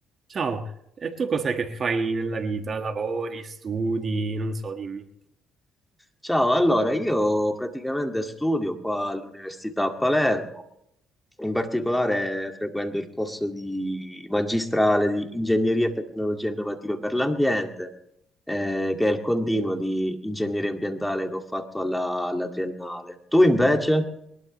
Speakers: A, on the right; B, in the centre.
A: Ciao, e tu cos'è che fai nella vita? Lavori, studi, non so, dimmi.
B: Ciao, allora io praticamente studio qua all'Università a Palermo, in particolare frequento il corso di magistrale di Ingegneria e Tecnologie Innovative per l'Ambiente, eh, che è il continuo di ingegneria ambientale che ho fatto alla, alla triennale. Tu invece?